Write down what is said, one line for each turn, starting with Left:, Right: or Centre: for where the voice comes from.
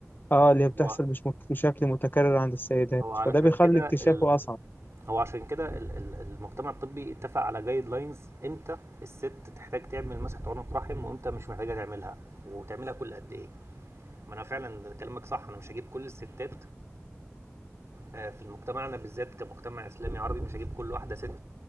Left: اه اللي هي
Right: هو
Left: بتحصل مش مك- بشكل متكرر عند السيدات
Right: هو علشان
Left: فده بيخلي
Right: كده
Left: اكتشافه
Right: ال...
Left: اصعب
Right: هو عشان كده ال- ال- المجتمع الطبي اتفق على جايد لاينز امتى الست تحتاج تعمل مسحة عنق رحم وامتى مش محتاجة تعملها وتعملها كل قد ايه ما انا فعلا كلامك صح انا مش هجيب كل الستات آه، في مجتمعنا بالذات كمجتمع اسلامي عربي مش هجيب كل واحدة ست